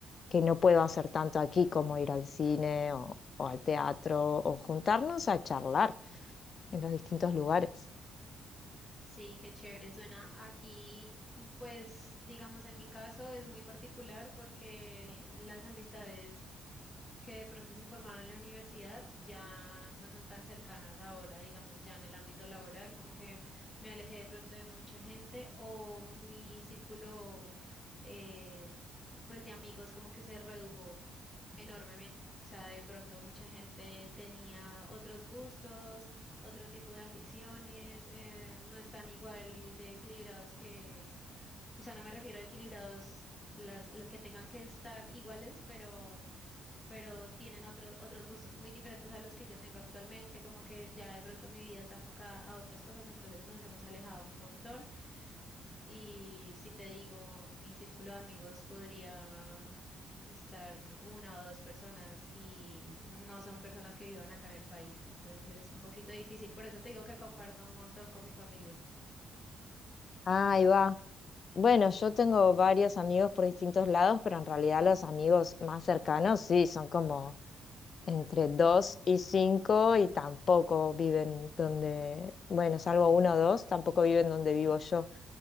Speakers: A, on the left; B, on the left.
A: que no puedo hacer tanto aquí, como ir al cine o, o al teatro, o juntarnos a charlar en los distintos lugares.
B: Sí, qué chévere suena. Aquí, pues, digamos, en mi caso es muy particular porque las amistades que de pronto se formaron en la universidad ya no son tan cercanas ahora, digamos, ya en el ámbito laboral, como que me alejé de pronto de mucha gente o mi círculo eh, pues de amigos como que se redujo enormemente. O sea, de pronto mucha gente tenía otros gustos, otro tipo de ambiciones, eh, no están igual de equilibrados que, o sea, no me refiero a equilibrados las las que tengan que estar iguales, pero pero tienen otros otros gustos muy diferentes a los que yo tengo actualmente, como que ya de pronto mi vida está enfocada a otras cosas, entonces nos hemos alejado un montón y si te digo, mi círculo de amigos podría estar una o dos personas y no son personas que vivan acá en el país, entonces es un poquito difícil, por eso te digo que comparto un montón con mi familia.
A: Ah, ahí va. Bueno, yo tengo varios amigos por distintos lados, pero en realidad los amigos más cercanos sí, son como entre 2 y 5 y tampoco viven donde, bueno, salvo uno o dos, tampoco viven donde vivo yo.